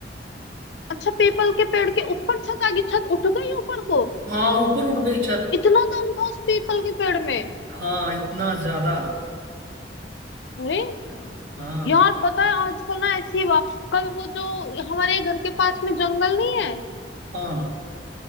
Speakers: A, on the left (about 70°); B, on the right (about 65°).
A: अच्छा पीपल के पेड़ के ऊपर छत आ गई छत उठ गई ऊपर को
B: हाँ ऊपर उड़ गई छत
A: इतना दम था उस पीपल के पेड़ में
B: हाँ इतना ज्यादा
A: अरे
B: हाँ हाँ
A: यार पता है आजकल ना ऐसी वा कल वो जो हमारे घर के पास में जंगल नहीं है
B: हाँ